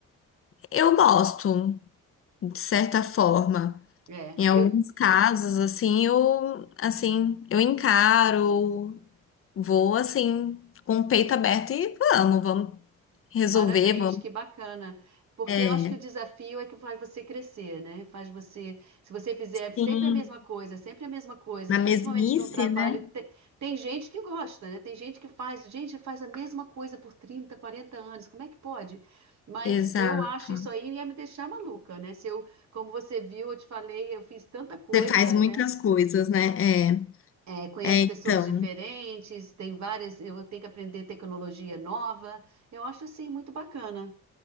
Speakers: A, on the left; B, on the right.
A: Eu gosto, de certa forma.
B: É,
A: Em alguns
B: eu
A: casos, assim, eu, assim, eu encaro, vou, assim, com o peito aberto e vamos, vamos resolver,
B: Parabéns,
A: vamos...
B: que bacana. Porque
A: É,
B: eu acho que o desafio é que faz você crescer, né? Faz você, se você fizer sempre
A: sim,
B: a mesma coisa, sempre a mesma coisa,
A: na mesmice,
B: principalmente no trabalho,
A: né?
B: te- tem, gente que gosta, né? Tem gente que faz, gente, faz a mesma coisa por 30, 40 anos. Como é que pode? Mas
A: Exato.
B: eu acho isso aí ia me deixar maluca, né? Se eu, como você viu, eu te falei, eu fiz tanta coisa,
A: Você faz muitas
B: né?
A: coisas, né? É.
B: É, conhece
A: É, então.
B: pessoas diferentes, tem várias, eu tenho que aprender tecnologia nova. Eu acho assim muito bacana.